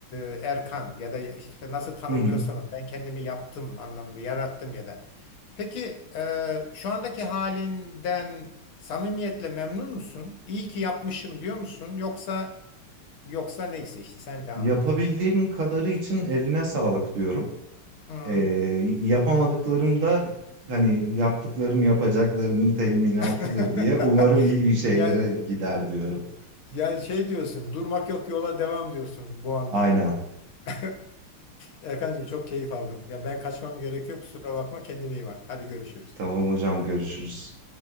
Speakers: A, on the left; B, on the right.
A: e, Erkan ya da işte nasıl tanımlıyorsan
B: Hı hı.
A: onu, ben kendimi yaptım anlamında yarattım ya da. Peki e, şu andaki halinden samimiyetle memnun musun? İyi ki yapmışım diyor musun? Yoksa yoksa neyse işte sen devam
B: Yapabildiğim
A: et.
B: kadarı için eline sağlık diyorum.
A: Hı.
B: Ee, yapamadıklarımda hani yaptıklarım yapacaklarımın teminatıdır
A: <laughs>
B: diye umarım iyi bir şeylere
A: Ya
B: gider diyorum.
A: yani şey diyorsun, durmak yok yola devam diyorsun bu anlamda.
B: Aynen.
A: <laughs> Erkancığım çok keyif aldım. Ya ben kaçmam gerekiyor. Kusura bakma. Kendine iyi bak. Hadi görüşürüz.
B: Tamam hocam görüşürüz.